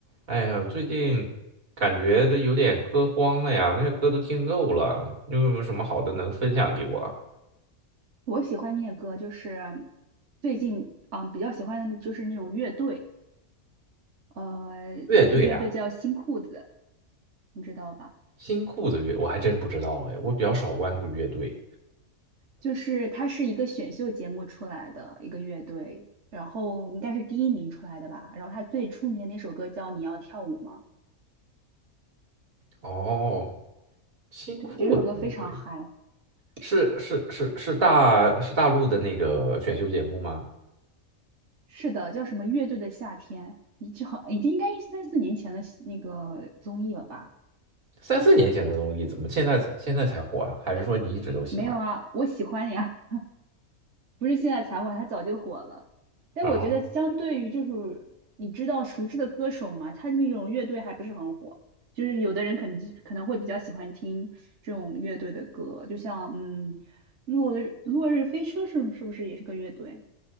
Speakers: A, on the right; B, on the right.
A: 哎呀，最近感觉都有点歌荒了呀，那些歌都听够了。你有没有什么好的能分享给我啊
B: 我喜欢听的歌就是最近啊、比较喜欢的就是那种乐队，呃，
A: 乐队啊，
B: 有一个乐队叫新裤子，你知道吧？
A: 新裤子乐，我还真不知道哎，我比较少关注乐队。
B: 就是它是一个选秀节目出来的一个乐队，然后应该是第一名出来的吧。然后它最出名的那首歌叫《你要跳舞吗》，
A: 哦，新裤子乐队
B: 对，这首歌非常嗨。
A: 是是是是大是大陆的那个选秀节目吗？
B: 是的，叫什么乐队的夏天，你就好已经应该三四年前的那个综艺了吧？
A: 三四年前的东西，怎么现在才现在才火啊？还是说你一直都喜欢？
B: 没有啊，我喜欢呀。不是现在才火，他早就火了。但我觉得相对于就是你知道熟知的歌手嘛，
A: 啊，
B: 他那种乐队还不是很火。就是有的人可能可能会比较喜欢听这种乐队的歌，就像嗯，落日落日飞车是是不是也是个乐队？